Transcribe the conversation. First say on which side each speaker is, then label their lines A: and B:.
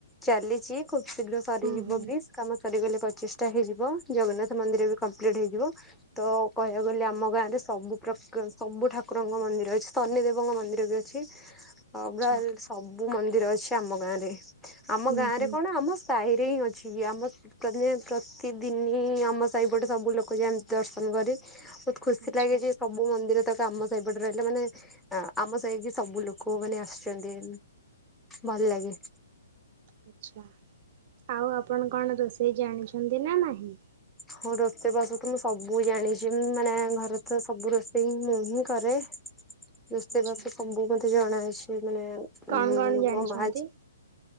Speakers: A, in the centre; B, on the right.
A: ଚାଲିଚି, ଖୁବ ଶୀଘ୍ର ସରିଯିବ
B: ହୁଁ ହୁଁ
A: ବି କାମ ସରିଗଲେ ପଚିଷ୍ଟା ହେଇଯିବ, ଜଗନ୍ନାଥ ମନ୍ଦିର ବି କମ୍ପ୍ଲିଟ୍ ହେଇଯିବ। ତ କହିଆକୁ ଗଲେ ଆମ ଗାଁରେ ସବୁ ପ୍ରକା ସବୁ ଠାକୁରଙ୍କ ମନ୍ଦିର ଅଛି, ଶନି ଦେବଙ୍କ ମନ୍ଦିର ବି ଅଛି ଆଉ
B: ଆଛା
A: ବ୍ରାଲ୍ସ ସବୁ ମନ୍ଦିର ଅଛି ଆମ ଗାଁରେ। ଆମ
B: ହୁଁ
A: ଗାଁରେ
B: ହୁଁ
A: କଣ ଆମ ସାହିରେ ହିଁ ଅଛି କି ଆମ ପ୍ରତିଦିନ ପ୍ରତିଦିନି ଆମ ସାହିପଟେ ସବୁ ଲୋକ ଯାଆନ୍ତି ଦର୍ଶନ କରି। ଖୁସି
B: ଆଛା
A: ଲାଗେ ଯେ ସବୁ ମନ୍ଦିର ତକ ଆମ ସେଇପଟେ ରହିଲେ ମାନେ, ଆ-ଆମ ସାହିକି ସବୁ ଲୋକମାନେ ଆସିଛନ୍ତି। ଭଲ ଲାଗେ।
B: ଆଚ୍ଛା। ଆଉ ଆପଣ କଣ ରୋଷେଇ ଜାଣିଛନ୍ତି ନା ନାହିଁ?
A: ହଁ, ରୋଷେଇବାସ ତ ମୁଁ ସବୁ ଜାଣିଛି, ଉମ୍ ମାନେ ଘରେ ତ ସବୁ ରୋଷେଇ ହିଁ ମୁଁ ହିଁ କରେ। ରୋଷେଇବାସ
B: ଆଛା
A: ସବୁ ମତେ ଜଣା ଅଛି, ମାନେ
B: କଣ
A: ଉଁ
B: କଣ ଜାଣିଛନ୍ତି?
A: ମୋ ମା